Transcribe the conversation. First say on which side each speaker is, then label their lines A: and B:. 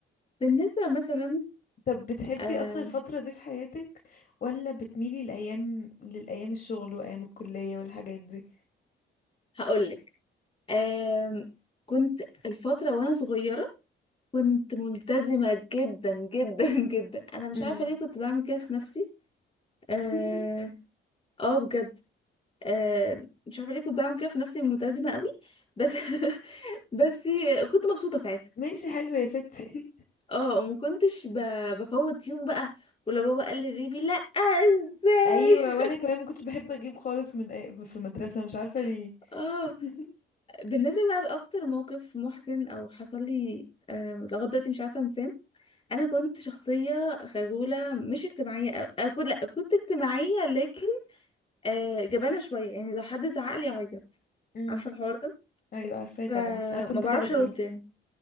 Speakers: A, on the left; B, on the left.
A: بالنسبه مثلا
B: طب بتحبي
A: أه
B: اصلا الفترة دي في حياتك ولا بتميلي الايام للايام الشغل وايام الكلية والحاجات دي
A: هقولك أه كنت الفتره وانا صغيره كنت ملتزمه جدا جدا <laughs> جدا انا مش
B: امم
A: عارفه ليه كنت بعمل كده في نفسي اه
B: <laughs>
A: آه بجد أه مش عارفه ليه كنت بعمل كده في نفسي ملتزمه قوي بس <laughs> بس كنت مبسوطه ساعتها
B: ماشي حلو يا ستي
A: اه وما كنتش ب... بفوت يوم بقى ولا بابا قال لي غيبي لا ازاي
B: ايوه وانا كمان ما كنتش بحب اجيب خالص من في المدرسه مش عارفه ليه
A: <laughs> اه
B: <laughs>
A: بالنسبه بقى لاكتر موقف محزن او حصل لي آه لغايه دلوقتي مش عارفه انساه انا كنت شخصيه خجوله مش اجتماعيه أو... أكون لا كنت اجتماعيه لكن آه جبانه شويه يعني لو حد زعق لي اعيط
B: امم
A: عارفه الحوار ده
B: ايوه عارفاه
A: فما
B: طبعا انا كنت
A: بعرفش
B: كده برضه
A: ارد يعني